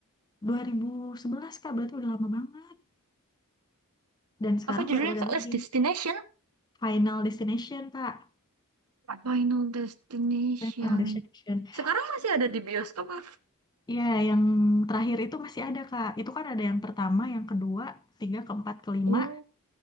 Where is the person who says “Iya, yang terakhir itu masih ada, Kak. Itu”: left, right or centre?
Left